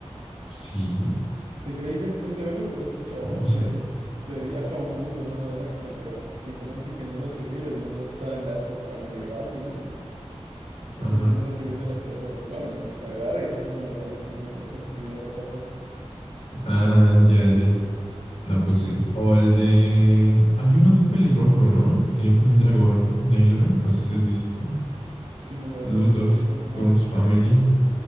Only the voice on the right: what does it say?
The Greatest State Developer es un chabón
que este, viaja a un mundo, una novela que leyó, y como es ingeniero civil, el mundo está en la época medieval, digamos.
Es ingeniero civil de nuestra época actual, entonces agarra y se hace millonario simplemente construyendo casas.
Si me lo
describes
más,